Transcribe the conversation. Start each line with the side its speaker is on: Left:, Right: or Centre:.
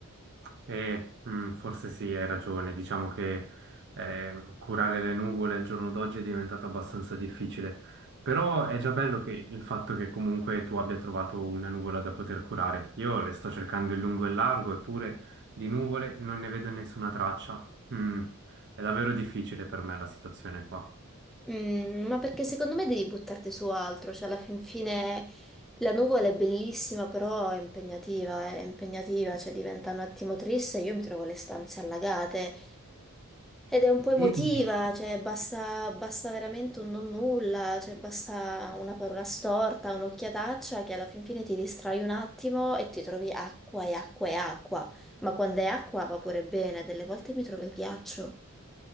Right: Eh, mm, forse sì, hai ragione. Diciamo che eh, curare le nuvole al giorno d'oggi è diventato abbastanza difficile. Però è già bello che il fatto che comunque tu abbia trovato una nuvola da poter curare. Io le sto cercando in lungo e in largo, eppure di nuvole non ne vedo nessuna traccia. Mm, è davvero difficile per me la situazione qua.
Centre: Mm, ma perché secondo me devi buttarti su altro, cioè alla fin fine la nuvola è bellissima, però è impegnativa, è impegnativa, cioè diventa un attimo triste, io mi trovo le stanze allagate ed è un po' emotiva,
Right: Mm.
Centre: cioè basta, basta veramente un non nulla, cioè basta una parola storta, un'occhiataccia che alla fin fine ti distrai un attimo e ti trovi acqua e acqua e acqua, ma quando è acqua va pure bene, delle volte mi trovo il ghiaccio.